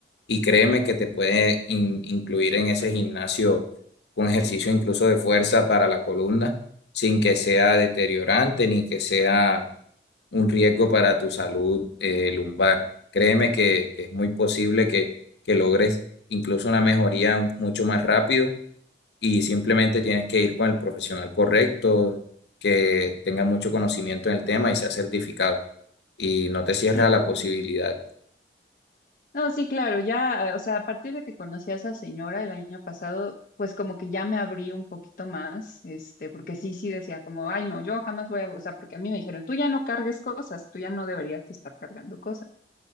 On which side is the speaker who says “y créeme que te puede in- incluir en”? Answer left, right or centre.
Left